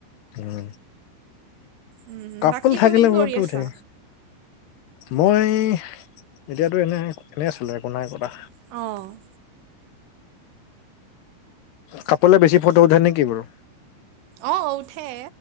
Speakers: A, on the left; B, on the right.
A: উম,
B: উম
A: কাপোল
B: বাকী
A: থাকিলে
B: তুমি কি
A: ফটো
B: কৰি আছা।
A: উঠে মই এতিয়াতো এনে এনে আছিলো একো নাই কৰা।
B: অ
A: কাপোলে বেছি ফটো উঠে নেকি বাৰু
B: অ উঠে